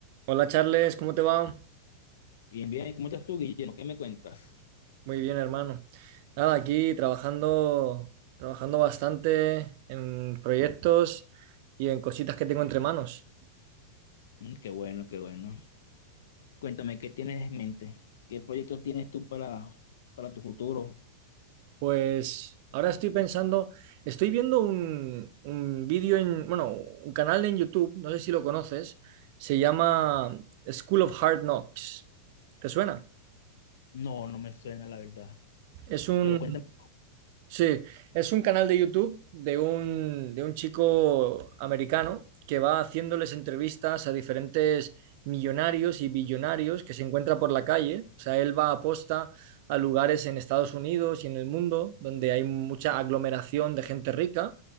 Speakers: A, on the right; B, on the left.
A: Hola Charles, ¿cómo te va?
B: Bien, bien, ¿cómo estás tú, Guillermo? ¿Qué me cuentas?
A: Muy bien, hermano. Nada, aquí trabajando, trabajando bastante en proyectos y en cositas que tengo entre manos.
B: Mm, qué bueno, qué bueno. Cuéntame, ¿qué tienes en mente? ¿Qué proyecto tienes tú para, para tu futuro?
A: Pues ahora estoy pensando, estoy viendo un, un vídeo en, bueno, un canal en YouTube, no sé si lo conoces, se llama School of Hard Knocks. ¿Te suena?
B: No, no me suena, la verdad.
A: Es un,
B: Pero cuéntame.
A: Sí, es un canal de YouTube de un, de un chico americano que va haciéndoles entrevistas a diferentes millonarios y billonarios que se encuentra por la calle. O sea, él va a posta a lugares en Estados Unidos y en el mundo donde hay mucha aglomeración de gente rica